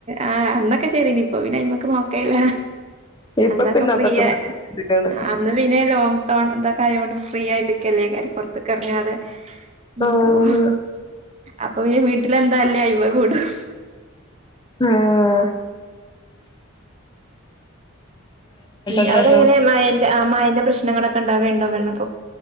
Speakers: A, on the right; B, on the left.
A: ആ അന്നൊക്കെ ശരിനിപ്പൊ വിനായ്ക്ക് നോക്കീല
B: ഇപ്പൊ
A: അന്നൊക്കെ
B: പിന്നെ
A: ഫ്രീയാ
B: അതൊക്കെ നിർത്തിക്കാണ്
A: അന്നു പിന്നെ ലോങ് ടേൺ ഇതൊക്കെ ആയോ ണ്ട് ഫ്രീ ആയിട്ട് ഇല്ലെക്കാരെ പൊറത്തൊക്കെ എ റങ്ങാതെ
B: ആഹ്
A: ഇക്കാവ അപ്പൊ ഈ വീട്ടിലെന്താല്ലേ അയ്മ കൂടും
B: ആഹ
A: ഉം
B: എന്താന്നോ
A: അവിടെങ്ങനെ മയന്റെ മയന്റെ പ്രശ് നങ്ങളൊക്കെ ഉണ്ടാവേണ്ടൊ വെള്ളപ്പൊ